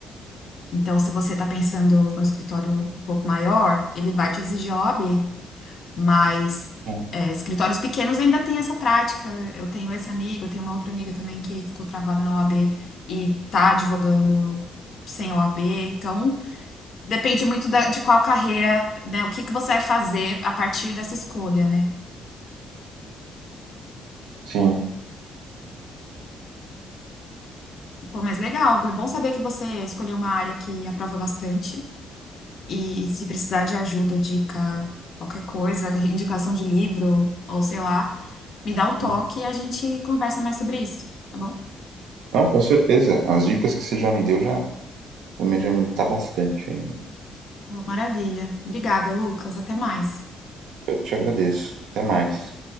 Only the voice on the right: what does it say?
sim,
sim.
sim.
Não, com certeza. As dicas que você já me deu já vou me adiantar bastante aí, né?
Eu que te agradeço. Até mais.